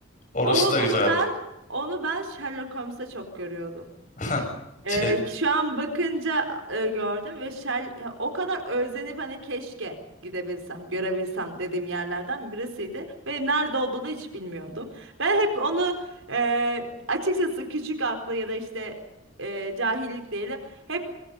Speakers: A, on the left; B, on the right.
A: Orası
B: O
A: da
B: onu
A: güzeldi.
B: ben onu ben Sherlock Holmes'te çok görüyordum.
A: <laughs>
B: Ee,
A: Şey,
B: şu an bakınca e, gördüm ve şel, o kadar özlenip hani keşke gidebilsem, görebilsem dediğim yerlerden birisiydi. Ve nerede olduğunu hiç bilmiyordum. Ben hep onu e, açıkçası küçük aklı ya da işte e, cahillik diyelim hep